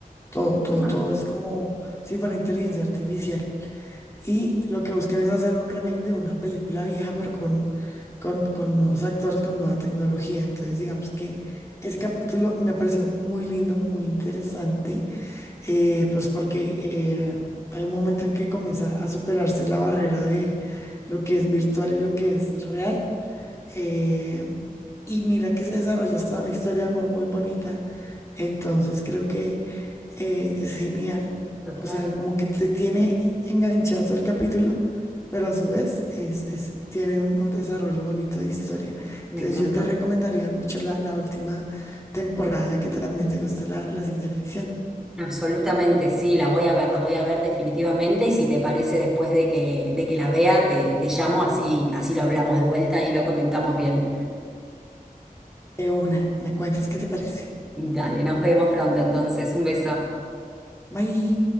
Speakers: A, on the left; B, in the centre.
A: Todo, todo,
B: ah,
A: todo es como si fuera inteligencia artificial. Y lo que buscan es hacer un remake de una película vieja, pero con, con, con nuevos actores, con nueva tecnología. Entonces, digamos que ese capítulo me ha parecido muy lindo, muy interesante, eh, pues porque eh, hay un momento en que comienza a superarse la barrera de lo que es virtual y lo que es real. Eh, y mira que se desarrolla hasta una historia de amor muy bonita. Entonces creo que eh, es genial.
B: total.
A: O sea, como que te tiene enganchado el capítulo, pero a su vez es, es- tiene un, un desarrollo bonito de historia.
B: Me
A: Entonces
B: encantó.
A: yo te recomendaría mucho la, la última temporada, ya que también te gusta la, la ciencia ficción.
B: Absolutamente, sí, la voy a ver, la voy a ver definitivamente y si te parece después de que, de que la vea, te, te llamo, así, así lo hablamos de vuelta y lo comentamos bien.
A: De una, me cuentas qué te parece.
B: Dale, nos vemos pronto entonces, un beso.
A: Bye.